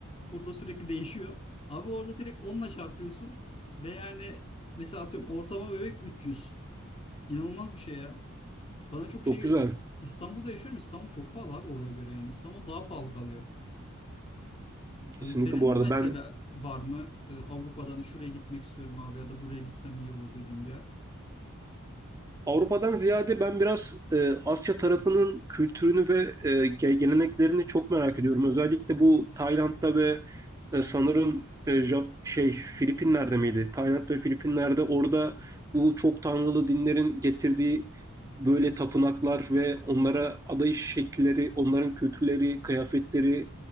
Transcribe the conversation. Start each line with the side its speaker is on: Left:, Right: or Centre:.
Left: Burada sürekli değişiyor. Abi orada direkt onla çarpıyorsun ve yani mesela atıyorum ortama bebek 300. İnanılmaz bir şey ya. Bana çok
Right: Çok
Left: şey geliyor.
Right: güzel.
Left: İs- İstanbul'da yaşıyorum. İstanbul çok pahalı abi oraya göre yani. İstanbul daha pahalı kalıyor.
Right: Kesinlikle
Left: Ee, senin
Right: bu arada
Left: mesela
Right: ben
Left: var mı e, Avrupa'dan şuraya gitmek istiyorum abi ya da buraya gitsem iyi olur dediğim bir yer?
Right: Avrupa'dan ziyade ben biraz e, Asya tarafının kültürünü ve e, ge- geleneklerini çok merak ediyorum. Özellikle bu Tayland'da ve e, sanırım e, Jap- şey Filipinler'de miydi? Tayland ve Filipinler'de orada bu çok tanrılı dinlerin getirdiği böyle tapınaklar ve onlara adayış şekilleri, onların kültürleri, kıyafetleri,